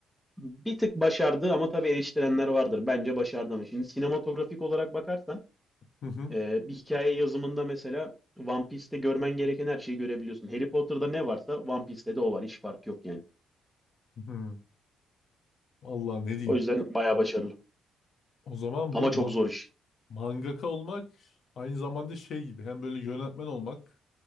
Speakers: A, in the centre; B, on the left.
A: Bir tık başardı ama tabii eleştirenler vardır. Bence başardı ama. Şimdi sinematografik olarak bakarsan
B: Hı hı.
A: e, bir hikaye yazımında mesela One Piece'te görmen gereken her şeyi görebiliyorsun. Harry Potter'da ne varsa One Piece'te de o var. Hiç fark yok yani.
B: Hı hı. Allah ne diyeyim.
A: O yüzden bayağı başarılı.
B: O zaman
A: Ama
B: bu ma
A: çok zor iş.
B: mangaka olmak aynı zamanda şey gibi hem böyle yönetmen olmak